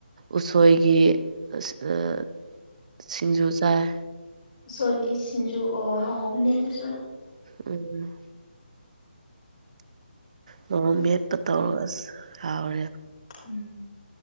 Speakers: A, on the right (about 40°); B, on the left (about 50°).
A: ꯎꯁꯣꯏꯒꯤ ꯑꯥ ꯁꯤꯡꯖꯨ ꯆꯥꯏ
B: ꯎꯁꯣꯏꯒꯤ ꯁꯤꯡꯖꯨ ꯑꯣ ꯍꯥꯎꯕꯅꯦ ꯑꯗꯨꯁꯨ
A: ꯎꯝ ꯃꯣꯔꯣꯛ ꯃꯦꯠꯄ ꯇꯧꯔ ꯑꯁ ꯌꯥꯥꯎꯔꯦ
B: ꯎꯝ